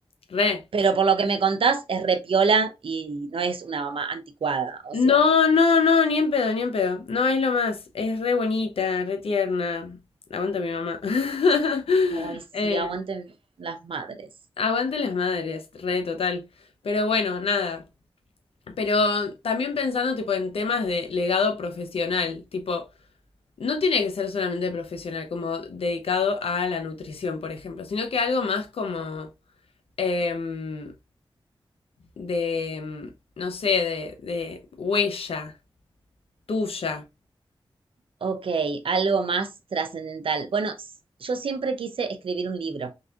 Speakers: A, on the left; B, on the right.
A: Re.
B: Pero por lo que me contás, es repiola y no es una mamá anticuada. O
A: No,
B: sea,
A: no, no, ni en pedo, ni en pedo. No es lo más. Es re bonita, re tierna. Aguanta mi mamá. <laughs>
B: ay, sí,
A: Eh,
B: aguanten las madres.
A: aguante las madres, re total. Pero bueno, nada. Pero también pensando tipo en temas de legado profesional, tipo, no tiene que ser solamente profesional, como dedicado a la nutrición, por ejemplo, sino que algo más como em, de, em, no sé, de, de huella tuya.
B: Ok, algo más trascendental. Bueno, s- yo siempre quise escribir un libro,